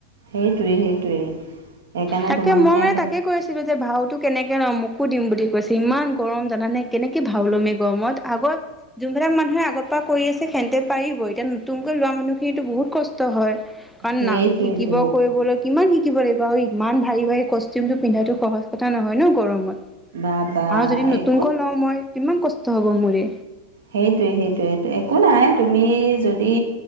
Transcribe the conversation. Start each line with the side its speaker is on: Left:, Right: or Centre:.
Right: সেইটোৱেই সেইটোৱেই। সেইকাৰণে
Centre: তাকে
Right: তোমাৰ
Centre: মই মানে
Right: একে
Centre: তাকে কৈ আছো। ছিলো যে ভাওটো কেনেকে লম মোকো দিম বুলি কৈছে ইমান গৰম জানানে কেনেকে ভাও ল'ম এই গৰমত আগৰ যোনবিলাক মানুহে আগৰ পা কৰি আছে খেন্তে পাৰিব এতিয়া নতুনকৈ লোৱা মানুহ খিনিতো বহুত কচ ষ্ট হয় কাৰণ
Right: সেইটোৱেইটো
Centre: না শিকিব কৰিবলৈ কিমান শিকিব লাগিব। বাৰু ইমান ভাৰী ভাৰী কষ্টিউমটো পিন্ধাটো সহজ কথা নহয় ন গৰমত।
Right: বা বা
Centre: আৰু যদি নতুনকৈ
Right: একো
Centre: লওঁ মই কিমান কষ্ট হব মোৰে।
Right: সেইটোৱে সেইটোৱে সেইটোৱেএকো নাই তুমি যদি